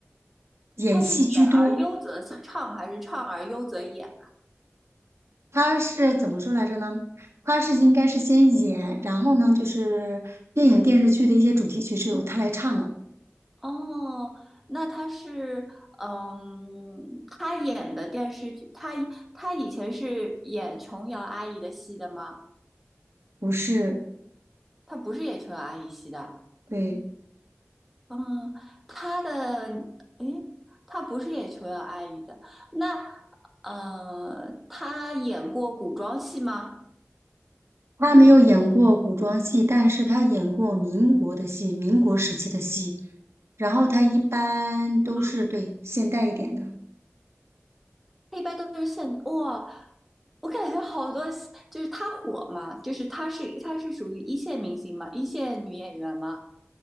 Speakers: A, on the right (about 65°); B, in the centre.
A: 演戏居多。
B: 它是演而优则唱，还是唱而优则演？
A: 他是怎么说来着呢？他是应该是先演，然后呢，就是电影电视剧的一些主题曲是由他来唱的，
B: 哦，那他是，嗯，他演的电视剧，他他以前是演琼瑶阿姨的戏的吗？
A: 不是，
B: 他不是演琼瑶阿姨戏的，
A: 对，
B: 嗯，他的，诶，他不是演琼瑶阿姨的，那，呃，他演过古装戏吗？
A: 他没有演过古装戏，但是他演过民国的戏，民国时期的戏，然后他一般都是对现代一点的，
B: 嗯。一般都是现哇，我感觉好多就是她火嘛，就是她是她是属于一线明星嘛，一线女演员嘛，